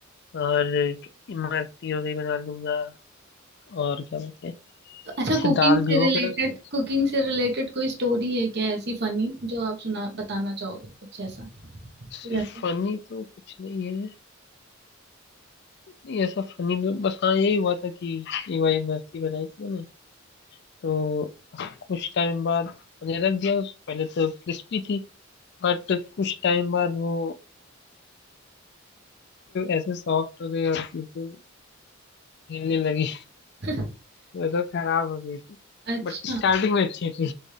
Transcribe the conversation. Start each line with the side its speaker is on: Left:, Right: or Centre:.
Left: और इमरती हो गई बना लूंगा और क्या बोलते हैं
Right: तो अच्छा
Left: जैसे
Right: कुकिंग
Left: दाल
Right: से
Left: भिगो
Right: रिलेटेड
Left: के रख दो
Right: कुकिंग से रिलेटेड कोई स्टोरी है क्या ऐसी फनी जो आप सुना बताना चाहोगे कुछ ऐसा कुछ
Left: सिर्फ
Right: ऐसा
Left: फनी तो कुछ नहीं है नहीं ऐसा फनी तो बस हाँ यही हुआ था कि एक बार इमरती बनाई थी मैंने तो कुछ टाइम बाद मैंने रख दिया उस- पहले तो क्रिस्पी थी बट कुछ टाइम बाद वो ऐसे सॉफ्ट हो गई और फिर तो हिलने लगी
Right: <laughs>
Left: वो तो खराब हो गई थी
Right: अच्छा
Left: बट स्टार्टिंग में अच्छी थी